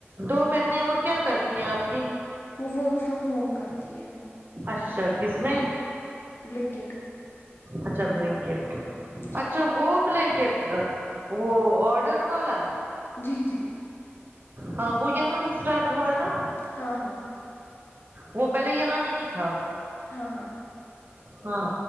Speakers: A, on the right; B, on the left.
A: دو بہنیں اور کیا کرتی ہیں آپ کی
B: وہ ورک فرم ہوم کرتی ہے
A: اچھا کس میں
B: بلنکٹ
A: اچھا بلینکٹ
B: جی
A: اچھا وہ بلینکٹ وہ آرڈر والا
B: جی جی
A: ہاں وہ یہاں بھی اسٹارٹ ہوا نا
B: ہاں ہاں
A: وہ پہلے یہاں نہیں تھا
B: ہاں ہاں
A: ہاں